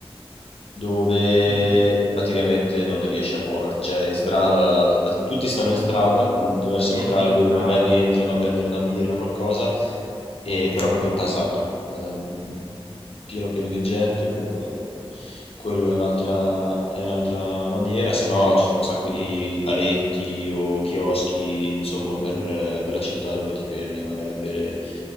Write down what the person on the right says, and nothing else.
Mhm,
ok.
È Pieno
di...
Ah,
ok.
Mm,